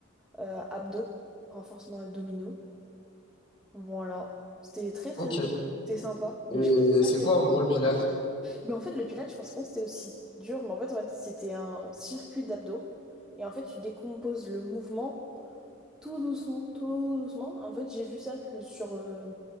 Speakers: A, in the centre; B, on the left.
A: euh, abdos, renforcement abdominaux. Bon, Voilà. C'était très très
B: Ok.
A: très c'était sympa,
B: Et
A: mais je pensais pas
B: c'est quoi
A: que...
B: en gros le Pilates?
A: Mais en fait, le pilates, je pensais pas que c'était aussi dur, mais en fait, en fait, c'était un circuit d'abdos. Et en fait, tu décomposes le mouvement tout doucement, tout doucement. En fait, j'ai vu ça que sur, euh,